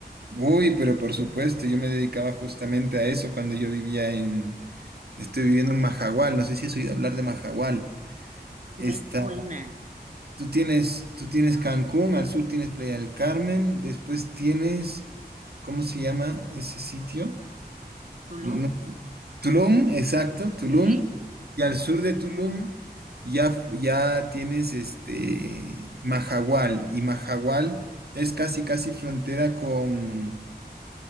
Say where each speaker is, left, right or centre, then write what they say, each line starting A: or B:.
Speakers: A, on the right; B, on the right.
A: Uy, pero por supuesto, yo me dedicaba justamente a eso cuando yo vivía en, estoy viviendo en Majagual, no sé si has oído hablar de Majagual.
B: Me
A: Está,
B: suena.
A: tú tienes, tú tienes Cancún, al sur tienes Playa del Carmen, después tienes, ¿cómo se llama ese sitio?
B: ¿Tulum?
A: No- no- Tulum, exacto, Tulum.
B: Ok.
A: Y al sur de Tulum ya, f- ya tienes este Mahahual. Y Mahahual es casi, casi frontera con,